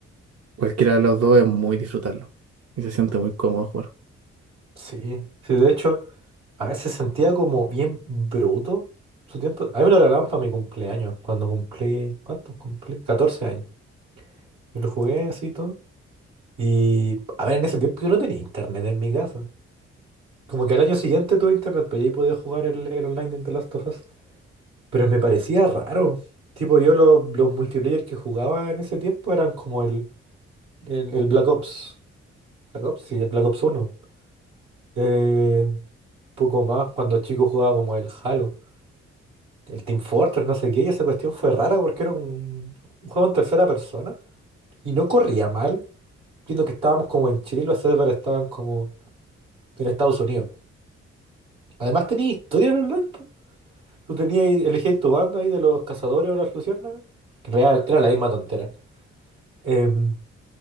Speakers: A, on the right (about 55°); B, on the right (about 85°).
A: cualquiera de los dos es muy disfrutarlo y se siente muy cómodo jugar.
B: sí. Sí, de hecho. A veces sentía como bien bruto su tiempo. A mí me lo regalaban para mi cumpleaños, cuando cumplí, ¿cuánto cumplí? catorce años. Y lo jugué así y todo. Y, a ver, en ese tiempo yo no tenía internet en mi casa. Como que al año siguiente tuve internet, pues ahí podía jugar el, el online de The Last of Us. Pero me parecía raro. Tipo, yo lo- los multiplayer que jugaba en ese tiempo eran como el, el, el Black Ops. Black Ops, sí, el Black Ops uno. Eh, poco más, cuando chico jugaba como el Halo. El Team Fortress, no sé qué, y esa cuestión fue rara porque era un, un juego en tercera persona y no corría mal, viendo que estábamos como en Chile y los servers estaban como en Estados Unidos. Además tenía historia en online, po. Tú tenías, elegías tu bando ahí de los cazadores o las luciérnagas, que en realidad era la misma tontera. Em,